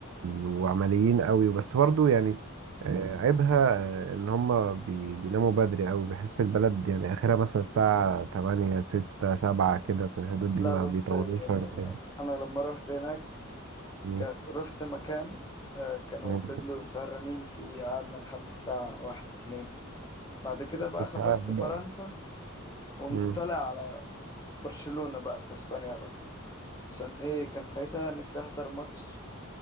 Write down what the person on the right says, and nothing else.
وعمليين أوي بس برضو يعني آه، عيبها آه، إن هما بي... بيناموا بدري أوي بحس البلد يعني آخرها مثلا الساعة تمانية ستة سبعة كده في الحدود
دي ما
بيطولوش
عن كده
مم.
مم.
آه،
مم.